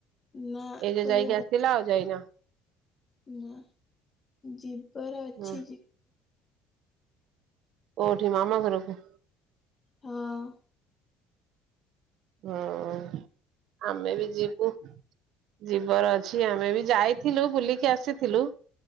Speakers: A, on the left; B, on the right.
A: ନା
B: ଏଇ ଯେ
A: କୁଆଡେ
B: ଯାଇକି ଆସିଥିଲ ଆଉ ଯାଇନ?
A: ନା ଯିବାର ଅଛି
B: ହୁଁ
A: ଯି
B: କୋଉଠି ମାମୁ ଘରକୁ?
A: ହଁ।
B: ହଁ। ଆମେ ବି ଯିବୁ। ଯିବାର ଅଛି ଆମେ ବି ଯାଇଥିଲୁ ବୁଲିକି ଆସିଥିଲୁ।